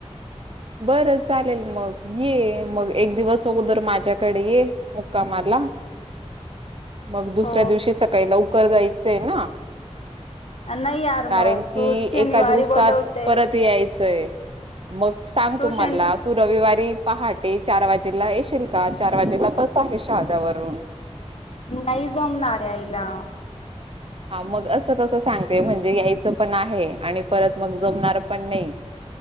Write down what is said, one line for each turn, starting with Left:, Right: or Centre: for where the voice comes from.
Right: बरं चालेल मग ये मग एक दिवस अगोदर माझ्याकडे ये मुक्कामाला मग दुसऱ्या
Left: हो
Right: दिवशी सकाळी लवकर जायचंय ना
Left: नाही यार
Right: कारण
Left: मग
Right: की
Left: तू शनिवारी
Right: एका दिवसात
Left: बोलवते
Right: परत यायचंय मग सांग
Left: तू
Right: तुम्हाला
Left: शनि
Right: तू रविवारी पहाटे चार वाजेला येशील का चार वाजेला बस आहे शहाद्यावरून
Left: नाही जमणार यायला
Right: हा मग असं कसं सांगते म्हणजे यायचं पण आहे आणि परत मग जमणार पण नै